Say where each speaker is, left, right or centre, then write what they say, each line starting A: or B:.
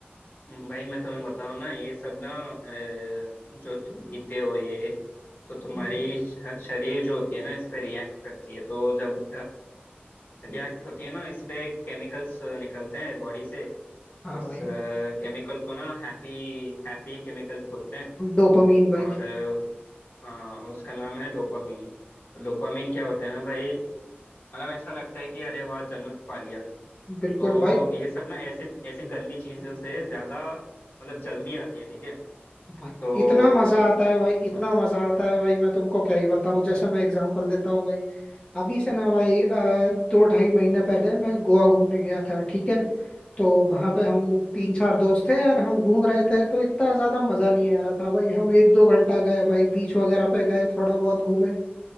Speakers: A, on the left (about 60°); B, on the left (about 25°).
A: भाई मैं तुम्हें बताऊं ना ये सब ना अ, जो तुम पीते हो ये तो तुम्हारी
B: हम्म,
A: श- शरीर जो होती है ना इस पे रिएक्ट करती है तो जब रिएक्ट होती है ना इस पे केमिकल्स निकलते हैं बॉडी से
B: हाँ
A: उस
B: भाई
A: केमिकल को ना हैप्पी हैप्पी केमिकल्स बोलते हैं
B: डोपामीन भाई
A: और अ, हाँ उसका नाम है डोपामिन तो डोपामिन क्या होता है ना भाई मतलब ऐसा लगता है कि अरे वाह जन्नत पा लिया
B: बिल्कुल
A: तो
B: भाई
A: ये सब ना ऐसी ऐसी गंदी चीजों से ज्यादा मतलब जल्दी आती है ठीक है
B: भाई
A: तो
B: इतना मजा आता है भाई इतना
A: हाँ,
B: मजा आता है भाई मैं तुमको क्या ही बताऊं जैसे मैं एग्जांपल देता हूँ भाई अभी से ना भाई अ, दो ढाई महीने पहले मैं गोवा घूमने गया था ठीक है तो वहां पे हम तीन चार दोस्त थे यार हम घूम रहे थे तो इतना ज्यादा मजा नहीं आ रहा था भाई हम एक दो घंटा गए भाई बीच वगैरह पे गए थोड़ा बहुत घूमे